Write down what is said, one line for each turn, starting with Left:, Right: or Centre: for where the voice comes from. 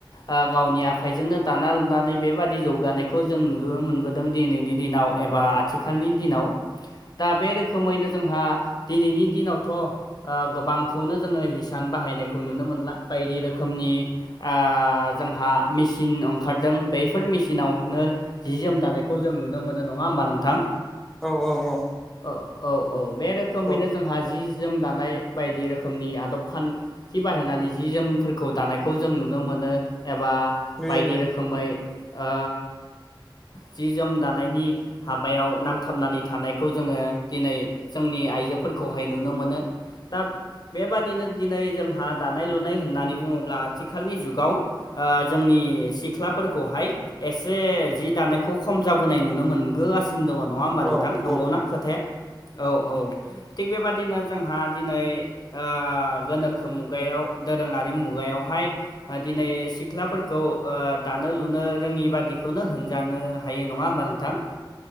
Left: आ गावनि आखाइजोंनो दाना लुनानै बेबादि जौगानायखौ जों नु नुनो मोनबोदों दिनैनि दिनाव एबा आथिखालनि दिनाव दा बे रोखोमैनो जोंहा दिनैनि दिनावथ' ओ गोबांखौनो जोङो हिसान बाहायनायखौ नुनो मोनला बायदि रोखोमनि ओ जोंहा मेचिन ओंखारदों बैफोर मेचिनावनो जि जोम दानायखौ जों नुनो मोनो नङा होमबा नोंथां?
Centre: औ औ औ
Left: औ औ औ बे रोखोमैनो
Centre: औ
Left: जोंहा जि जोम दानाय बायदि रोखोमनि आदब खान थि बाहायनानै जि जोमफोरखौ दानायखौ जों नुनो मोनो एबा
Centre: नुयो
Left: बायदि
Centre: नुयो
Left: रोखोमै ओ जि जोम दानायनि हाबायाव नांथाबनानै थानायखौ जोङो दिनै जोंनि आइजोफोरखौहाय नुनो मोनो दा बेबादिनो दिनै जोंहा दानाय लुनाय होननानै बुङोब्ला आथिखालनि जुगाव ओ जोंनि सिख्लाफोरखौहाय एसे जि दानायखौ खम जाबोनाय नुनो मोनगो गासि सिन दङ नङा होमबा
Centre: औ
Left: नोंथां
Centre: औ
Left: नंगौना खोथाया औ औ थिग बेबादिनो जोंहा दिनै ओ गोनोखो मुगायाव दोरोङारि मुगायावहाय आ दिनै सिख्लाफोरखौ आ दानो लुनो रोङि बादिखौनो होन जानो हायो नंङा होमबा नोंथां?